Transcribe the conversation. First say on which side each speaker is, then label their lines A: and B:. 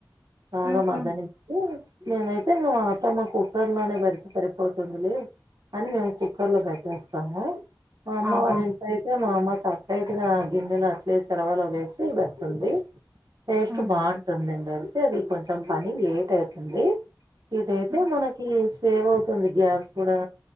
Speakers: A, on the right; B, on the right.
A: బాగా
B: ఉమ్,
A: మగనించి
B: ఉమ్.
A: నేనైతే మా అత్తమ్మ కుక్కర్ లోనే పెడితే సరిపోతుందిలే అని మేము కుక్కర్ లో పెట్టేస్తాం తాము మా అమ్మ
B: ఆహా
A: వాళ్ళ ఇంట్లో అయితే మా అమ్మ స రైట్గా గిన్నెలో అట్లే చెరవలు వేసి పెడుతుంది టేస్ట్
B: ఉమ్,
A: బాగుంటుందని ఆది అది కొంచెం పని లేేట్యితుంది ఇదైతే
B: ఉమ్,
A: మనకి సేవ్ అవుతుంది గ్యాస్ కూడా